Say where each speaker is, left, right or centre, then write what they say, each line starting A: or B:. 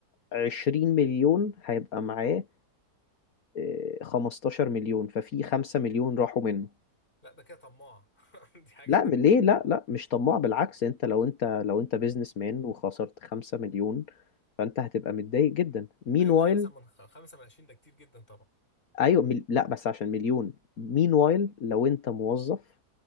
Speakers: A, on the left; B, on the left.
A: 20 مليون هيبقى معاه آه، 15 مليون ففي 5 مليون راحوا منه
B: لا ده كده طماع <laughs> دي حاجة
A: لا
B: تانية
A: م- ليه لا لا مش طماع بالعكس انت لو انت لو انت بيزنس مان وخسرت خمسة مليون فانت هتبقى متضايق جدا مين
B: ايوه
A: وايل
B: خمسة من خمسة من عشرين ده كتير جدا طبعا
A: ايوه مل... لا بس عشان مليون مين وايل لو انت موظف